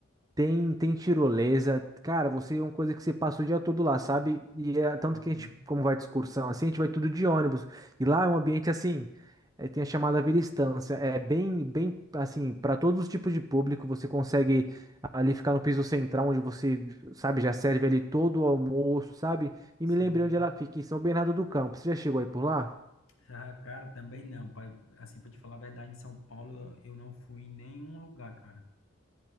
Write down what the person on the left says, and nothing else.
sim
Sim,
<laughs> Ah, Cara, também não. Pra, assim, para te falar a verdade, em São Paulo eu eu não fui em nenhum lugar, cara.